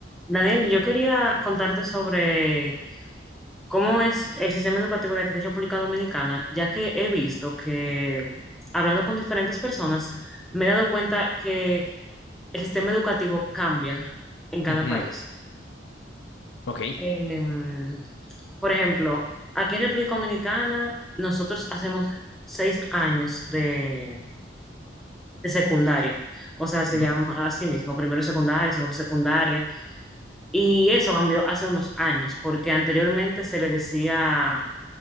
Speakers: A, in the centre; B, on the left.
A: Daniel, yo quería contarte sobre cómo es el sistema educativo de aquí de República Dominicana, ya que he visto que, hablando con diferentes personas, me he dado cuenta que el sistema educativo cambia en cada
B: Ujú,
A: país.
B: Ok,
A: Em, por ejemplo, aquí en República Dominicana nosotros hacemos seis años de, de secundaria, o sea, se
B: ujú,
A: llama así mismo, primero secundaria, segundo secundaria Y eso cambió hace unos años, porque anteriormente se le decía